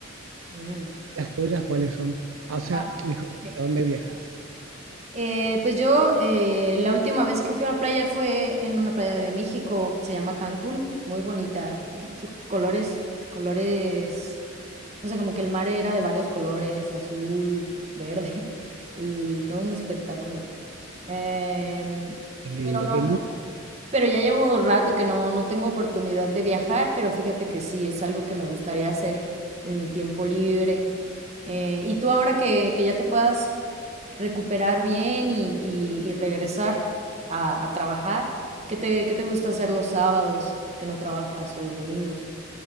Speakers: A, on the right (about 35°); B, on the right (about 85°).
A: Mm.
B: ¿Las tuyas cuáles son? Ah, O sea,
A: Habana,
B: mejor dicho,
A: sí.
B: ¿a dónde viajas?
A: Eh, pues yo eh, la última vez que fui a la playa fue en una playa de México que se llama Cancún, muy bonita, muchos colores, colores, no sé, como que el mar era de varios colores, azul, verde <laughs> y todo un espectáculo. Em,
B: Qué lindo,
A: pero no,
B: qué lindo.
A: Pero ya llevo un rato que no, no tengo oportunidad de viajar, pero fíjate que sí, es algo que me gustaría hacer en mi tiempo libre. Eh, y tú ahora que, que ya te puedas recuperar bien y, y- y regresar a, a trabajar, ¿qué te, qué te gusta hacer los sábados que no trabajas o los domingos?